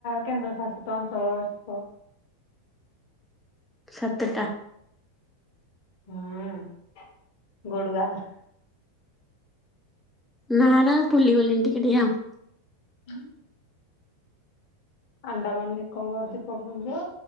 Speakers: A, on the left; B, in the centre.
A: କେନ୍ଦ୍ର ଶାସିତ ଅଞ୍ଚଳ ଅଛି? କୁହ?
B: ସାତଟା
A: ହୁଁ ଗୁଡ଼ଗାଲ।
B: ନା ନା ନାଉ ଫୁଲିଗଲିଣିି ଟିକେ ଟିକି ଆଉ।
A: ହୁଁ। ଆଣ୍ଡାମାନ ନିିକବର ଦୀପକୁଞ୍ଜ।